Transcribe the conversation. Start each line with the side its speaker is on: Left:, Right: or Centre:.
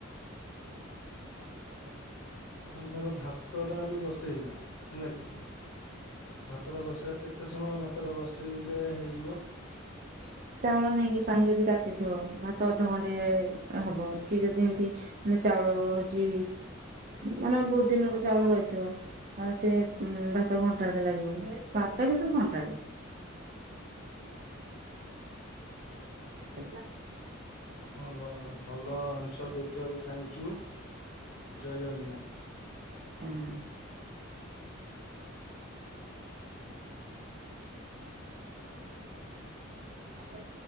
Right: <unintelligible>
Left: ଆମର ଧର ଭାତ ଟା ଆମେ ବସେଇବା ହେଲାକି ଭାତଟା ବସେଇବା କେତେ ଏତେ ସମୟ ଭାତଟା ବସାଇଲେ ହେଇଯିବ।
Right: <inaudible> ଚାଉଳ ନେଇକି ପାଣି ଯଦି ରାତିଥିବ ଭାତ ଅଧଘଣ୍ଟେ ହବ କି ଯଦି ଏମିତି ମାନେ ଚାଉଳ ହୋଉଚି ମାନେ ବୋହୁତ ଦିନର ଚାଉଳ ରହିଥିବ ଆଉ ସେ। ଭାତ ଘଣ୍ଟାଟେ ଲାଗିବ ଭାତ କିନ୍ତୁ ଘଣ୍ଟାଟେ। ଆଜ୍ଞା।
Left: ଆପଣ ଭଲ ଭଲ ଆନ୍ସର ଦେଇଥିବାରୁ ଥ୍ୟାଙ୍କୟୁ। ଜୟ ଜଗନ୍ନାଥ।
Right: ହଁ। ଆଜ୍ଞା।